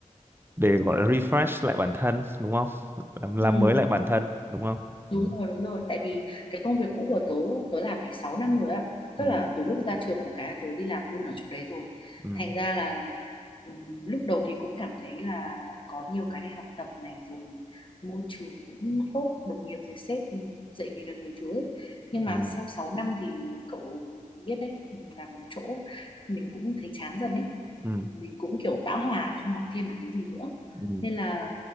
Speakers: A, on the right; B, on the left.
A: để gọi là refresh lại bản thân đúng không? Làm, làm
B: ừ,
A: mới lại bản thân đúng không?
B: Đúng
A: Ừ,
B: rồi, đúng rồi. Tại vì cái công việc cũ của tớ, tớ làm phải 6 năm rồi ạ. Tức
A: ừ,
B: là từ lúc ra trường một cái tớ đi làm luôn ở chỗ đấy rồi.
A: ừ,
B: Thành ra là ừm, lúc đầu thì cũng cảm thấy là có nhiều cái để học tập này rồi môi trường cũng tốt, đồng nghiệp rồi sếp ừm, dạy mình được nhiều thứ ấy. Nhưng
A: ừ,
B: mà sau 6 năm thì cậu biết đấy, làm một chỗ mình cũng thấy chán dần ấy.
A: ừ,
B: Mình cũng kiểu bão hòa không học thêm được cái gì nữa.
A: ừ.
B: Nên là